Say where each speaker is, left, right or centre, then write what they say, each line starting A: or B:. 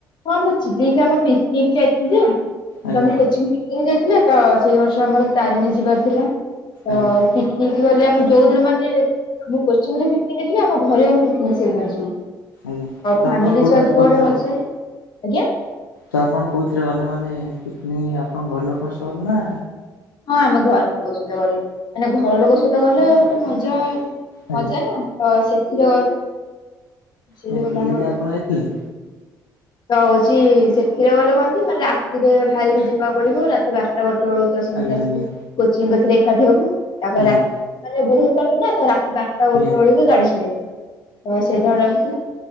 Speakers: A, on the left (about 45°); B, on the left (about 85°).
A: ହଁ ମୁଁ ଚିଲିକା ଆମ ପିକନିକ ଯାଇଥିଲି ଯେ
B: ଆଜ୍ଞା
A: ତ ଆମେ କୋଚିଂକ ପିକନିକ ଯାଇଥିଲେ ତ ସେଇ ବର୍ଷ ଆମର ତାରିଣୀ ଯିବାର ଥିଲା। ତ
B: ଆଜ୍ଞା
A: ପିକନିକ <inaudible> ଆମେ ଯୋଉ ଦିନ ମାନେ ଆମ କୋଚିଂରେ ପିକନିକ୍ ଯିବେ ଆମ ଘରେ ଆମେ ସେଇଦିନ ଯିବୁ।
B: ଆଜ୍ଞା ତ
A: ଫ୍ୟାମିଲି
B: ଆପଣ କୋଉଟା
A: ସହ ଯିବ
B: କୋଉଥିରେ
A: ଗୋଟେ ମଜା
B: ଗଲେ,
A: ଆଜ୍ଞା
B: ତ ଆପଣ କୋଉଥିରେ ଗଲେ ମାନେ ପିକନିକ ଆପଣ ଘର ଲୋକଙ୍କ ସହ ଗଲେନା
A: ହଁ ଆମେ ଘର ଲୋକ ସହିତ ଗଲି। ମାନେ ଘର ଲୋକ ସହିତ ଗଲେ ଆଉ ଗୋଟେ ମଜା
B: ଆଜ୍ଞା
A: ମଜା ନା ତ ସେଥିରେ ସେ
B: ଆଜ୍ଞା
A: ଗଲାଣି
B: ଚିଲିକା
A: ଗୋଟେ।
B: ଆପଣ ଯାଇଥିଲେ
A: ତ ଚି ସେଥିରେ ଗଲେ କଣ କି ମାନେ ରାତିରେ ବାହାରିକି ଯିବାକୁ ପଡିବ ରାତି ବାରଟା ଗୋଟେ ବଳୁ
B: ଆଜ୍ଞା
A: କୋଚିଙ୍ଗ
B: ଆଜ୍ଞା।
A: କତୀରେ ଏକାଠି ହବୁ। ତାପରେ
B: ଆଜ୍ଞା
A: ରାତ ମାନେ ବହୁତ ବାଟ ନା ତ ବାରଟା ଗୋଟେ
B: ଆଜ୍ଞା
A: ବେଳକୁ ଗାଡି ଛାଡେ। ତ ସେଇଦିନ ରହିକି,